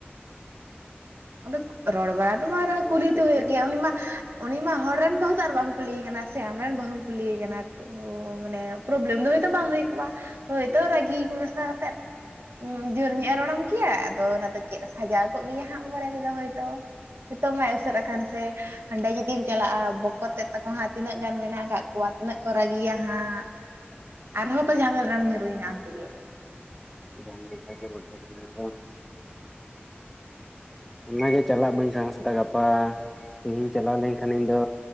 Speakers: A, on the right; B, in the centre.
A: ᱟᱫᱚᱜ ᱨᱚᱲ ᱵᱟᱲᱟ ᱫᱚ ᱵᱟᱝ ᱨᱮᱦᱚᱸ
B: ᱚᱱᱟ
A: ᱠᱩᱞᱤ
B: ᱦᱚᱛᱮᱡ
A: ᱛᱚ ᱦᱩᱭᱩᱜ
B: ᱛᱮ
A: ᱜᱮᱭᱟ ᱩᱱᱤ ᱢᱟ ᱩᱱᱤ ᱢᱟ ᱦᱚᱲ ᱨᱮᱱ ᱵᱟᱹᱦᱩ ᱫᱚ ᱟᱨ ᱵᱟᱢ ᱠᱩᱞᱤᱭᱮ ᱠᱟᱱᱟ ᱥᱮ ᱟᱢ ᱨᱮᱱ ᱵᱟᱹᱦᱩᱢ ᱠᱩᱞᱤᱭᱮ ᱠᱟᱱᱟ ᱛᱚ ᱚ ᱚ ᱢᱟᱱᱮ ᱯᱨᱚᱵᱞᱮᱢ ᱫᱚ ᱦᱳᱭᱛᱳ ᱵᱟᱝ ᱦᱩᱭ ᱠᱚᱜᱼᱟ ᱦᱳᱭᱛᱚ ᱨᱟᱹᱜᱤ ᱠᱚ ᱢᱮᱥᱟ ᱟᱛᱮᱫ <inaudible> ᱡᱳᱨ ᱧᱚᱜ ᱮ ᱨᱚᱲ ᱟᱢ ᱠᱮᱭᱟ ᱟᱫᱚ ᱚᱱᱟ ᱫᱚ ᱪᱮᱫ ᱥᱟᱡᱟᱣ ᱠᱚᱜ ᱜᱮᱭᱟ ᱦᱟᱸᱜ ᱯᱚᱨᱮ ᱛᱮᱫᱚ ᱦᱚᱭᱛᱚ ᱱᱤᱛᱚᱜ ᱢᱟᱭ ᱮᱥᱮᱫ ᱟᱠᱟᱱ ᱛᱮ ᱦᱟᱸᱰᱮ ᱡᱩᱫᱤᱢ ᱪᱟᱞᱟᱜᱼᱟ ᱵᱚᱠᱚᱛ ᱛᱮᱫ ᱛᱟᱠᱚ ᱦᱟᱸᱜ ᱛᱤᱱᱟᱹᱜ ᱜᱟᱱ ᱢᱮᱱᱟᱜ ᱟᱠᱟᱜ ᱠᱚᱣᱟ ᱛᱤᱱᱟᱹᱜ ᱠᱚ ᱨᱟᱹᱜᱤᱭᱟ ᱦᱟᱸᱜ ᱟᱨᱦᱚᱸ ᱛᱚ ᱡᱷᱟᱢᱮᱞ ᱨᱮᱢ ᱧᱩᱨᱩᱭ ᱱᱟ ᱟᱢ ᱛᱮᱜᱮ
B: <inaudible> ᱚᱱᱟ ᱜᱮ ᱪᱟᱞᱟᱜ ᱵᱟᱹᱧ ᱥᱟᱸᱦᱚᱥ ᱫᱟ ᱜᱟᱯᱟ ᱛᱮᱦᱤᱧ ᱪᱟᱞᱟᱣ ᱞᱮᱱᱠᱷᱟ- ᱠᱷᱟᱱ ᱤᱧ ᱫᱚ